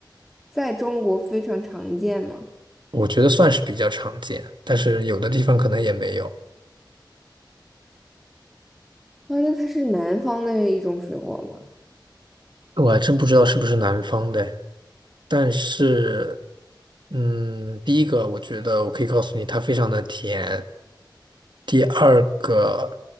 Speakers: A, in the centre; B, on the right (about 70°).
A: 在中国非常常见吗？
B: 我觉得算是比较常见，但是有的地方可能也没有。
A: 啊，那它是南方的一种水果吗？
B: 我还真不知道是不是南方的。但是，嗯，第一个我觉得我可以告诉你，它非常的甜。第二个，